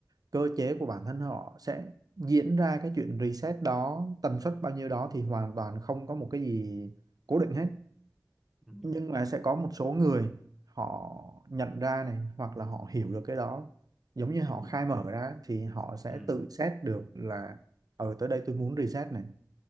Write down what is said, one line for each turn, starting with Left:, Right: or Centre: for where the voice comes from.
Right: cơ chế của bản thân họ sẽ diễn ra cái chuyện reset đó tần suất bao nhiêu đó thì hoàn toàn không có một cái gì cố định hết
Centre: ừ
Right: nhưng mà sẽ có một số người họ nhận ra này hoặc là họ hiểu được cái đó giống như họ
Centre: ừ
Right: khai mở ra thì họ sẽ
Centre: ừ
Right: tự xét được là ở tới đây tôi muốn reset này